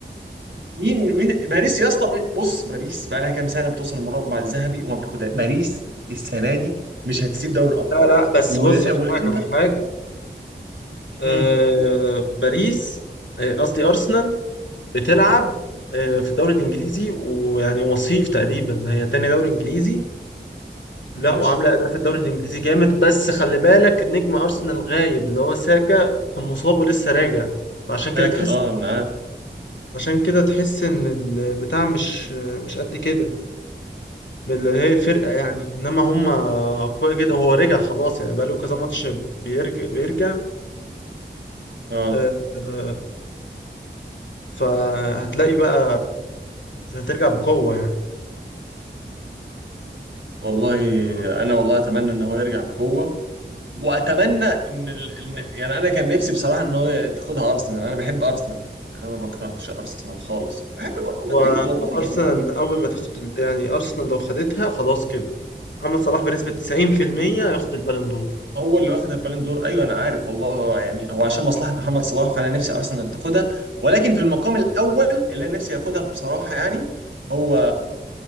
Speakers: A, on the right; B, on the left.
A: مين مين باريس يا اسطى مين- بص باريس بقى لها كام سنه بتوصل المربع الذهبي وما بتاخدها باريس السنه دي مش هتسيب دوري الابطال
B: لا لا بس
A: وال...
B: بص هفهمك
A: والانتر
B: على حاجة آه
A: مم.
B: باريس آه، قصدي أرسنال بتلعب آه، في الدوري الانجليزي ويعني وصيف تقريبا هي تاني دوري انجليزي لا
A: ماشي
B: وعامله اداء في الدوري الانجليزي جامد بس خلي بالك نجم ارسنال غايب اللي هو ساكا كان مصاب ولسه راجع فعشان كده
A: لكن
B: تحس
A: اه انا عارف
B: عشان كده تحس ان البتاع مش مش قد كده اللي هي الفرقه يعني انما هم اقوياء جدا وهو رجع خلاص يعني بقاله كذا ماتش بيرجع بيرجع
A: اه
B: آه، آه، فهتلاقي بقى هترجع بقوه يعني
A: والله انا والله اتمنى ان هو يرجع بقوه واتمنى ان ال... إن- يعني انا كان نفسي بصراحه ان هو تاخدها ارسنال انا بحب ارسنال انا ما بكرهش ارسنال خالص بحب برضه مدريد
B: وارسنال
A: والله يعني انا
B: اول ما تاخد ال- يعني ارسنال لو خدتها خلاص كده محمد صلاح بنسبه 90% هياخد البالون دور
A: هو اللي واخد البالون دور ايوه انا عارف والله هو يعني هو عشان مصلحه محمد صلاح فانا نفسي ارسنال تاخدها ولكن في المقام الاول اللي انا نفسي ياخدها بصراحه يعني هو